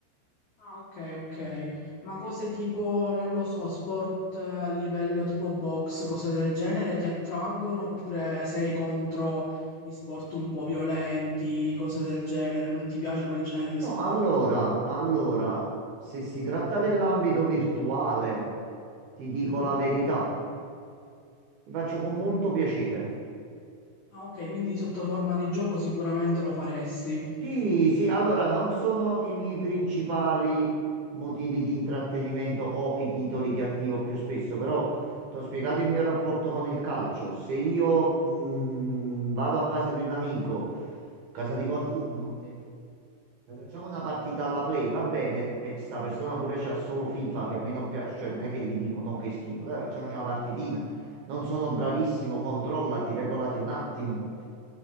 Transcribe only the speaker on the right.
No,
allora, allora, se si tratta dell'ambito virtuale, ti dico
la verità, mi faccio con molto piacere.
Sì, sì, allora non sono i miei principali motivi di intrattenimento o i titoli che attivo più spesso, però ti ho spiegato il mio rapporto con il calcio. Se io mh, vado a casa di un amico, a casa di qualcuno e facciamo una partita alla play, va bene, e sta persona pure c'ha solo FIFA che a me non piace, cioè non è che gli dico no, che schifo, dai, facciamoci una partitina. Non sono bravissimo, controllati, regolati un attimo.